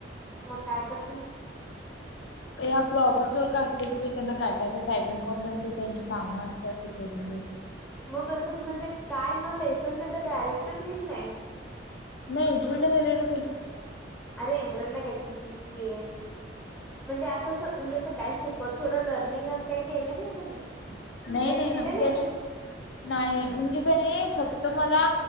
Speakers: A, in the centre; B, on the left.
A: मग काय करतीस.
B: <inaudible> ते आपलं ऑफिस वर्क असते कि त्यांना काय काय तरी टायपिंग करून असते त्यांची कामं असतात ते करून द्यायचे
A: मग असंच म्हणजे काय न लेसन ते डायरेक्टच घेतलाय.
B: नाही इंटरव्ह्यूला <unintelligible>
A: अरे इंटरव्ह्यू ला गेलती किसके म्हणजे असंस म्हणजे असं काय शिकत थोडं लर्निंग असं काही केलं नाही त्यांनी
B: नाही
A: त्यांनी
B: नाही नाही
A: दिले नाहीत
B: ते नाही नाही म्हणजे कनी नाही फक्त मला